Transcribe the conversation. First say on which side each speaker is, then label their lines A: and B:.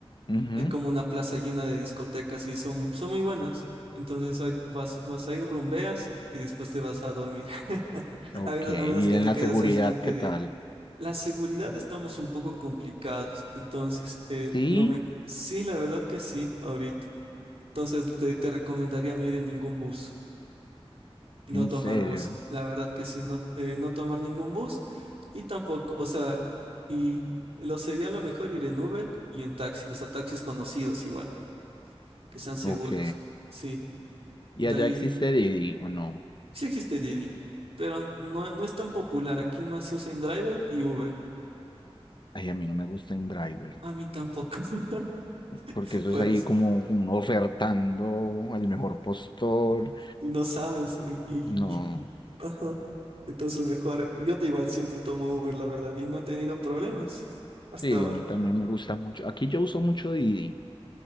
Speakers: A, on the left; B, on the right.
A: ujú.
B: Hay como una plaza llena de discotecas y son, son muy buenas. Entonces, ahí vas, vas ahí, rumbeas y después te vas a dormir. <laughs>
A: Ok,
B: A menos,
A: y
B: a menos que
A: en
B: te
A: la
B: quedas
A: seguridad,
B: al siguiente
A: ¿qué tal?
B: día. La seguridad estamos un poco complicados, entonces, eh,
A: Sí,
B: lo me- sí, la verdad que sí, ahorita. Entonces, te, te recomendaría no ir en ningún bus, no
A: en
B: tomar
A: serio.
B: bus, la verdad que sí, no, eh, no tomar ningún bus y tampoco, o sea, y lo sería lo mejor ir en Uber y en taxi, o sea, taxis conocidos igual, que sean seguros,
A: Ok.
B: sí. De
A: ¿Y allá
B: ahí,
A: existe Didi o no?
B: sí existe Didi, pero no, no es tan popular, aquí más se usa en Driver y Uber.
A: Ay, a mí no me gusta driver
B: A mí tampoco, <laughs>
A: porque eso
B: por
A: es ahí
B: eso.
A: como, como uno ofertando al mejor postor.
B: y no sabes. eh, Y,
A: No,
B: y- ajá. Entonces mejor, yo te igual siempre tomo Uber, la verdad, y no he tenido problemas hasta
A: sí,
B: ahora.
A: a mí también me gusta mucho. Aquí yo uso mucho Didi.